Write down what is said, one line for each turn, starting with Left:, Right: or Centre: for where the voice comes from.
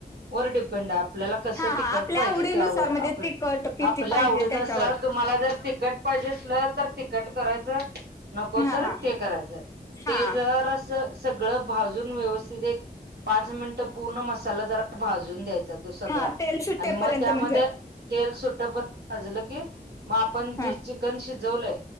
Right: व डीपंडा आपल्याला कस
Left: हा
Right: त
Left: हा
Right: कट
Left: आपल्या
Right: पाहिजे,
Left: आवडीनुसार
Right: त्यावर
Left: म्हणजे
Right: आप
Left: तिखट किती
Right: आपल्या
Left: पाहिजे
Right: आवडीनं
Left: त्याच्यावर
Right: सर तुम्हाला जर त कट पाहिजे असल तर तखट करायचं, नको
Left: हा
Right: तर
Left: हा
Right: ते करायचं.
Left: हा
Right: ते जर अस सगळं भाजून व्यवस्थित एक पाच मिनटं पूर्ण मसाला जरा भाजून द्यायचा. तो सगळा
Left: हा तेल सुटेपर्यंत
Right: आणि मग त्यामध्ये
Left: म्हणजे
Right: तेल सुट्ट प भाजलं की मग आपण
Left: हा
Right: जे चिकन शिजवलंय